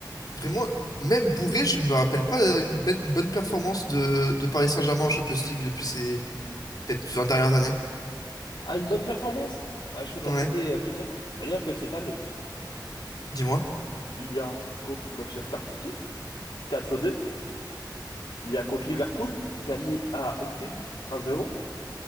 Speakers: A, on the left; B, on the left.
A: vraiment, même bourré, je ne me rappelle pas une, ben- une bonne performance de, de Paris Saint-Germain en Champions League depuis ces peut-être 20 dernières années.
B: Ah, une bonne performance? Ah, je peux t'en
A: Ouais,
B: citer euh, plusieurs. Rien que cette année.
A: dis-moi.
B: Il y a contre Manchester City, 4-2. Il y a contre Liverpool, gagné à Anfield, 1-0.